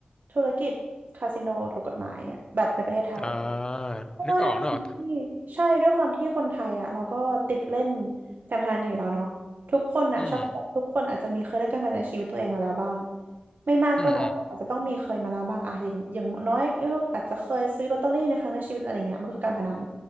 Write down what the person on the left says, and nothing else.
อ่า
นึกออกนึกออกแต่
อืม
อืม อืม